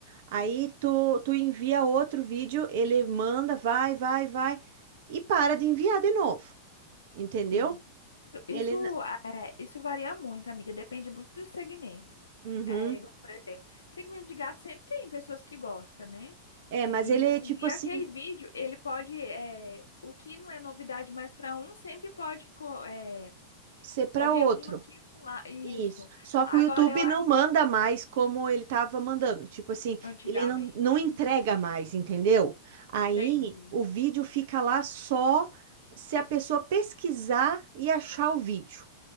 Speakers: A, on the right; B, on the left.
A: Aí tu, tu envia outro vídeo, ele manda, vai, vai, vai, e para de enviar de novo, entendeu?
B: sim. Isso,
A: Ele. n-
B: é, isso varia muito, amiga, depende muito do segmento.
A: Uhum.
B: É igual, por exemplo, segmento de gato sempre tem pessoas que gostam, né?
A: É, mas
B: E
A: ele é
B: assim,
A: tipo
B: e
A: assim,
B: aquele vídeo, ele pode, é, o que não é novidade mais para um, sempre pode co- é,
A: ser para
B: correr
A: outro.
B: um aqui e pular. Isso.
A: Isso. Só
B: Agora
A: que o YouTube
B: eu acho,
A: não manda mais como ele estava mandando. Tipo assim,
B: antigamente,
A: ele não, não entrega
B: né?
A: mais, entendeu? Aí
B: Entendi.
A: o vídeo fica lá só se a pessoa pesquisar e achar o vídeo.